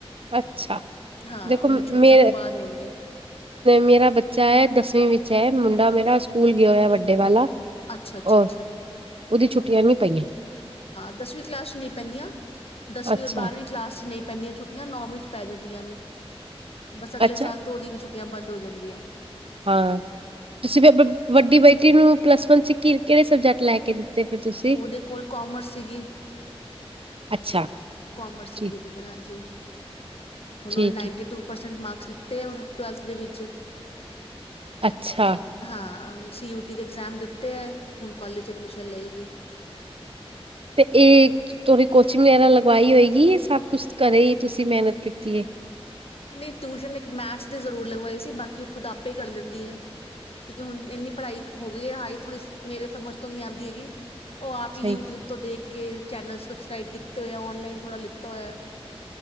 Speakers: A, on the right; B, on the left.
A: ਅੱਛਾ
B: ਹਾਂ
A: ਦੇਖੋ
B: ਉਹਨੇ ਛੁੱਟੀਆਂ
A: ਮੇ
B: ਤੋਂ ਬਾਅਦ ਹੋਣਗੇ
A: ਮੇਰਾ ਬੱਚਾ ਹੈ ਦਸਵੀਂ ਵਿੱਚ ਅਛਾ ਮੁੰਡਾ ਮੇਰਾ ਸਕੂਲ ਗਿਆ ਹੋਇਆ ਵੱਡੇ ਵਾਲਾ
B: ਅੱਛਾ
A: ਔਰ
B: ਅੱਛਾੱ
A: ਉਹਦੀ ਛੁੱਟੀਆਂ ਨੀ ਪਈਆਂ
B: ਦਸਵੀਂ ਕਲਾਸ ਚਚ ਨਹੀਂ ਪੈਂਦੀਆਂ ਦਸਵੀਂ
A: ਅੱਛਾ
B: ਔਰ ਬਾਰਵੀਂ ਕਲਾਸ ਚਚ ਨਹੀਂ ਪੈਂਦੀਆਂ ਛੁਟੀਆਂ ਨੌਵੀਂ ਪੈ ਜਾਂਦੀਆਂ ਨੇ ਬਸ ਅਗਲੇ
A: ਅੱਛਾ
B: ਸਾਲ ਤੋਂ ਉਹਦੀ ਵੀ ਛੁੱਟੀਆਂ ਬੰਦ ਹੋ ਜਾ ਜਾਂਦੀਆਂ
A: ਹਾਂ ਤੁਸੀਂ ਵੀ ਆਪ ਵੱਡੀ ਬੇਟੀ ਨੂੰ ਪਲੱਸ ਵਨ ਸ ਕਿ ਕਿਹੜੇ ਸਬਜੈਕਟ ਲੈ ਕੇ ਦਿੱਤੇ ਫਿਰ ਤੁਸੀਂ
B: ਉਹਦੇ ਕੋਲ ਕਾਮਰਸ ਸੀਗੀ
A: ਅੱਛਾ
B: ਕੋਮਰਸ ਸੀਗੀ
A: ਠੀਕ
B: ਉਹਦੇ ਕੋਲ ਹਾਂਜੀ ਉਹ ਨੇ
A: ਠੀਕ
B: ਨਾਈਨਟੀ
A: ਹੈ
B: ਟੂ ਪਰਸੈਂਟ ਮਾਰਕ ਲਿੱਤੇ ਆ ਹੁਣ ਟਵੈਲਥ ਦੇ ਵਿੱਚ
A: ਅੱਛਾ
B: ਹਾਂ ਸੀ ਯੂਟੀ ਦੇ ਐਗਜ਼ਾਮ ਦਿੱਤੇ ੱਟ ਹੁਣ ਕਾਲਜ ਚ ਐਡਮਿਸ਼ਨ ਲਏਗੀ
A: ਤੇ ਇਹ ਤੁਹਾਡੀ ਕੋਚਿੰਗ ਵਗੈਰਾ ਲਗਵਾਈ ਹੋਏਗੀ ਸਭ ਕੁਛ ਕਰੇ ਹੀ ਤੁਸੀਂ ਮਿਹਨਤ ਕੀਤੀ ਹੈ
B: ਨਹੀਂ ਟਿਊਸ਼ਨ ਇੱਕ ਮੈਥਸ ਦੀ ਜ਼ਰੂਰ ਲਗਵਾਈ ਸੀ ਬਾਕੀ ਉਹ ਖੁਦ ਆਪੇ ਕਰ ਲੈਂਦੀ ਹੈ ਕਿਉਂਕਿ ਹੁ ਇੰਨੀ ਪੜ੍ਹਾਈ ਹੋ ਗਈ ਹਜੀ ਥੋੜ੍ਹੀ ਮੇਰੇ ਸਮਝ ਤੋਂ ਨਹੀਂੀ ਆਉਂਦੀ ਹੈਗੀ ਉਹ ਆਪ
A: ਸਹੀ
B: ਹੀ ਯੂਟਿਊਬ ਤੋਂ ਦੇਖ ਕੇ ਚੈਨਲ ਸਬਕ੍ਰਬ ਕੀਤੇ ਹੋਏ ਨਲਾਈਨ ਥੋੜਾ ਲਿੱਤਾ ਹੋਇਆ